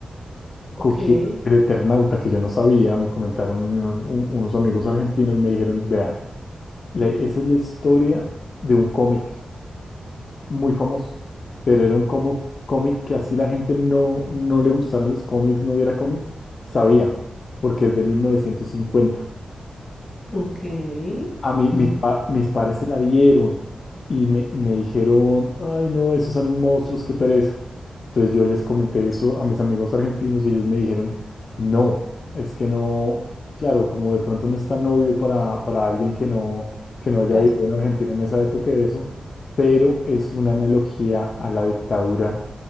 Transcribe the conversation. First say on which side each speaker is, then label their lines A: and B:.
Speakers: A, on the left; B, on the left.
A: ok,
B: Cogieron el Eternauta, que yo no sabía, me comentaron un- un- unos amigos argentinos, me dijeron, vea, le- esa es la historia de un cómic. muy famoso, pero era un como, cómic que así la gente no, no le gustaran los cómics, no viera cómics, sabía, porque es de mil novecientos cincuenta
A: ok.
B: a mí,
A: Nunca,
B: mis, pa- mis padres se la vieron y me, y me dijeron, ay no, esos salen monstruos, qué pereza. Entonces yo les comenté eso a mis amigos argentinos y ellos me dijeron, no, es que no, claro, como de pronto no es tan obvio para, para alguien que no, que no haya
A: claro.
B: vivido en Argentina en esa época eso, pero es una analogía a la dictadura